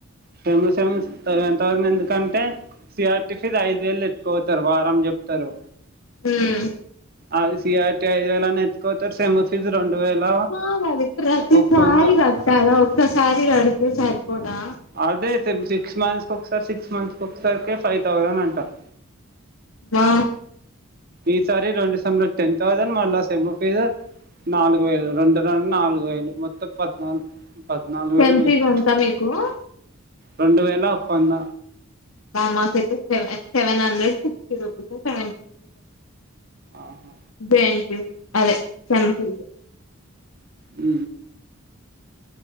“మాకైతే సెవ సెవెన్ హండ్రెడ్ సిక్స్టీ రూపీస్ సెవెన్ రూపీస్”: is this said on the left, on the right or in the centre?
Left